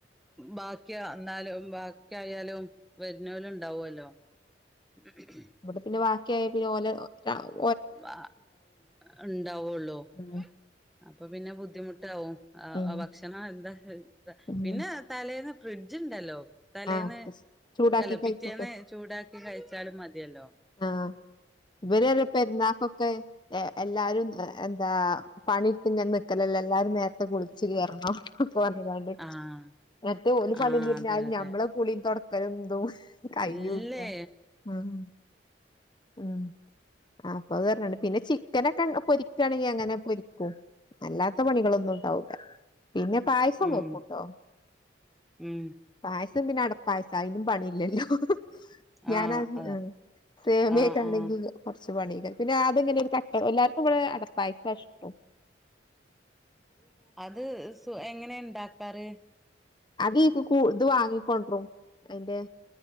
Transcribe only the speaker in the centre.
ബാക്കി എന്നാലും ബാക്കിയായാലും വരുന്നവര് ഉണ്ടാവുവല്ലോ ഉ <unintelligible>
വ ആഉണ്ടാവുള്ളൂ
അപ്പൊ പിന്നെ ബുദ്ധിമുട്ടാവും ആ
ഭക്ഷണ ആ <unintelligible>
പിന്നെ തലേന്ന് ഫ്രിഡ്ജ് ഉണ്ടല്ലോ തലേന്ന്
അല്ല
പിറ്റേന്ന് ചൂടാക്കി കഴിച്ചാലും മതി ഇല്ലലോ
ആഹ്
ആഹ്
അതെ അതെ
ഇല്ലേ
ഉം
ഉം ഉം
ആഹ് അതാ
ആഹ്
ആഹ്
അത് സൊ എങ്ങനെ ഇണ്ട് ഇണ്ടാക്കാറ്